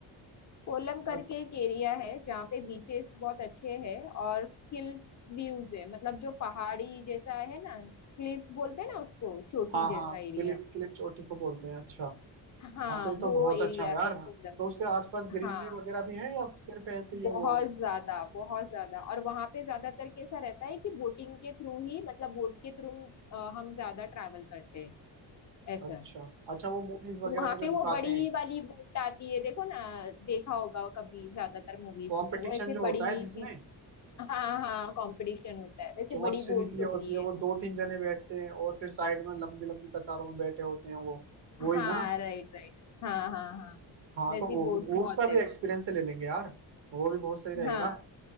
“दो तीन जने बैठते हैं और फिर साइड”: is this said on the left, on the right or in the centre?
Right